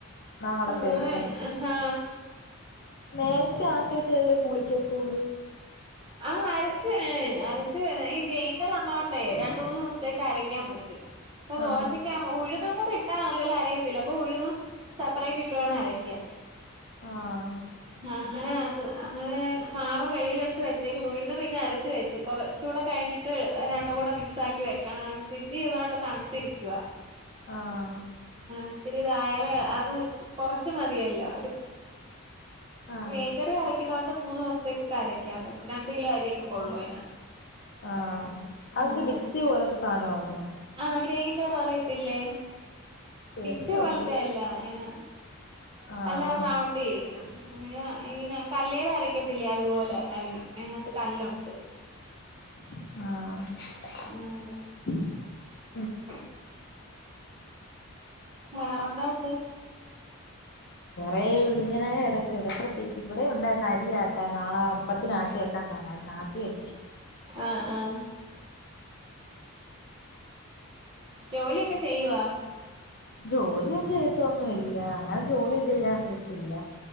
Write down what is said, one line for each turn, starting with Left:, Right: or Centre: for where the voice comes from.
Left: നാളത്തേക്ക്
Right: ങ്ങൾ, ആഹാ...
Left: നേരത്തെആട്ടിവെച്ചതല്ലേപുളിക്കത്തൂ ള്.
Right: ആ... അരച്ഇ, ഈ ഗെയിൻഡർ ഉള്ളതോണ്ടേരണ്ട്, മൂന്ന് ദിവസത്തേക്ക്അരക്കാൻപറ്റും. അപ്പൊദോശക്കാ
Left: ആഹ്
Right: ഉഴുന്നുംകൂടെ ട്ടാഅല്ലേലും അരയത്തില്ല, അപ്പൊ ഉഴുന്നുംസെപ്പറേറ്റ്ഇട്ട് വേണം അരക്കാൻ
Left: ആഹ്
Right: അങ്ങനഅത് അങ്ങനെമാവ് വെളിൽ എടുത്തു..... ഇതിക്ക് ഉഴുന്ന് പിന്നെ അരച്ച് വെച്ച് കൊറച്ചൂടെകഴിഞ്ഞിട്ട് അത് രണ്ട്...... ണ്ടുംകൂടെമിക്സ്ആക്കിവെക്കണം. ഫ്രിഡ്ജിഇരുന്നോണ്ട് തണുത്തിരിക്കുവ.
Left: ആഹ്
Right: ഇച്ചിരിതായാല്അതും കൊറച്ച് മതിയെല്ലോ.
Left: ആഹ്
Right: ഗ്രെയ്ണ്ടെറിഅരക്ക്ണോണ്ട്മൂന്ന് ദിവസെത്തെകൊക്കെഅരക്കാൻ പറ്റും. രണ്ട് കിലോ അരിയൊക്കെ കൊള്ളേയ്.
Left: ആഹ് അതെന്ത്
Right: അങ്ങനെ,
Left: മിക്സി പോലത്തെ സാധനമാന്നോ
Right: ആ ഇണ്ട് എന്നറിയതില്ലേ
Left: കേട്ടിട്ടുണ്ട്
Right: മിക്സി, പോലത്ത, അല്ല, അങ്ങനെ,
Left: ആഹ്
Right: അല്ലാതെ, റൗണ്ട്രിക്കും പിന്നെ, ഇങ്ങനെ, കല്ലേലരക്കത്തില്ലേ, അതുപോലെ, അതുപോലെ അതിനകത്ത്, കല്ലുണ്ട്.
Left: ആഹ.
Right: ആഹ് <inaudible> വേറെറെന്താ, ഉണ്ട്
Left: ഇടി ഇങ്ങനെെ കിടക്കുന്നു ഇവിടെ പ്രത്യേിച്ച് ഇവിടെ ഉണ്ടായി അരിയാട്ട നാളെ അപ്പത്തിനാട്ട കേക്കാൻ പറ അ, നാട്ടി, വെച്ചു
Right: ആഹ, ആഹ. ജോലിയൊക്കെ, ചെയ്യുവോ
Left: ജോലിയും, ചെയ്യത്തൊന്നുംല്ല, അങ്ങനെ, ജോലിയും, ചെയ്യാറിയത്തില്ല